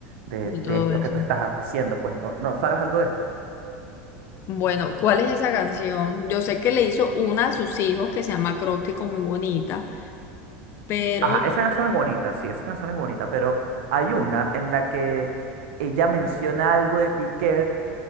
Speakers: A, on the right (about 80°); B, on the left (about 40°).
A: de,
B: y
A: de
B: todo
A: esto
B: eso.
A: que tú estás haciendo, pues no, no sabes algo de esto.
B: Bueno, ¿cuál es esa canción? Yo sé que le hizo una a sus hijos que se llama Acróstico, muy bonita, pero
A: Ajá, esa canción es bonita, sí, esa canción es bonita, pero hay una en la que ella menciona algo de Piquet